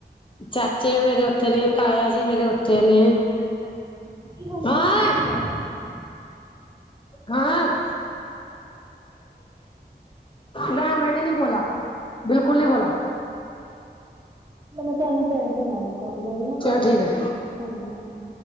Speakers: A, on the left; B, on the right.
A: ਚਾਚੇ ਮੇਰੇ ਉੱਥੇ ਨੇ ਤਾਇਆ ਜੀ ਮੇਰੇ ਉੱਥੇ ਨੇ।
B: ਅੱਛਾ-ਅੱਛਾ ਕੀ ਹੁਣ
A: ਹਾਂ।
B: ਤੁਸੀ ਕਿਥੇ?
A: ਹਾਂ, ਨਾ ਮੈਂਨੇ ਨੀ ਬੋਲਾ। ਬਿਲਕੁਲ ਨੀ ਬੋਲਾ।
B: ਮੈਂ ਤੁਹਾਨੂੰ ਕਰਦੀ ਆ ਕੋਲ ਮੈਂ ਵੀ ਮੈਂ
A: ਚਲੋ
B: ਕੋਲ,
A: ਠੀਕ ਹੈ।
B: ਹਾਂਜੀ-ਹਾਜੀ।